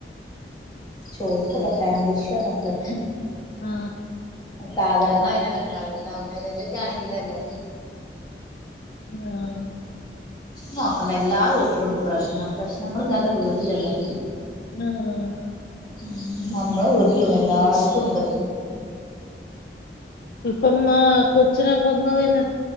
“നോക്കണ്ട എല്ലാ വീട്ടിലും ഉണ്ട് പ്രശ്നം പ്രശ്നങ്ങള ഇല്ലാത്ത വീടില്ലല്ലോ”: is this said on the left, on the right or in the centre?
Left